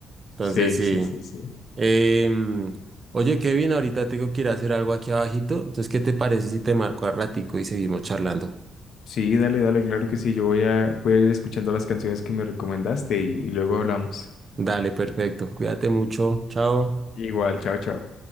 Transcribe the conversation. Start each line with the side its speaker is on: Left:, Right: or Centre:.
Right: Entonces
Left: Sí,
Right: sí.
Left: sí, sí, sí.
Right: Em, oye, Kevin, ahorita tengo que ir a hacer algo aquí abajito. Entonces, ¿qué te parece si te marco a ratico y seguimos charlando?
Left: Sí, dale, dale, claro que sí. Yo voy a, voy a ir escuchando las canciones que me recomendaste y y luego hablamos.
Right: Dale, perfecto. Cuídate mucho. Chao.
Left: Igual, chao, chao.